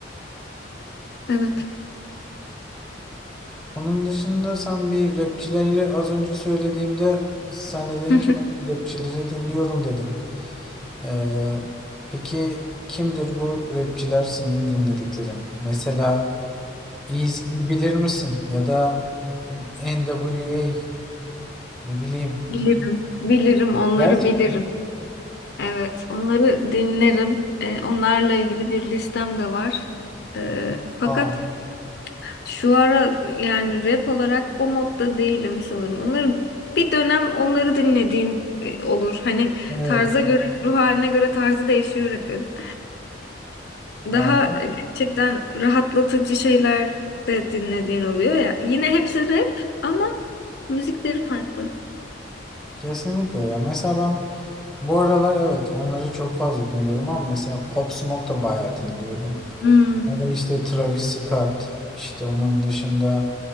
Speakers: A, on the left; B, in the centre.
A: Evet.
B: Onun dışında sen bir rapçileri az önce söylediğimde sen de dedin
A: <laughs>
B: ki ben rapçileri dinliyorum dedin. Ee, peki kimdir bu rapçiler senin dinledikleri? Mesela Eazy'yi bilir misin? Ya da NWA ne bileyim.
A: Bilirim. Bilirim onları
B: Gerçekten.
A: bilirim. Evet, onları dinlerim. E, onlarla ilgili bir listem de var. E, fakat
B: Aa,
A: şu ara yani rap olarak o modda değilim sanırım. Onları bir dönem onları dinlediğin e, olur. Hani
B: evet.
A: tarza göre, ruh haline göre tarzı değişiyor rapin. Daha
B: Ya,
A: e, gerçekten rahatlatıcı şeyler de dinlediğin oluyor ya. Yine hepsi rap ama müzikleri farklı.
B: kesinlikle ya. Mesela ben bu aralar evet onları çok fazla dinliyorum ama mesela Pop Smoke da bayağı dinliyorum.
A: Hmm.
B: Ya da işte Travis Scott, işte onun dışında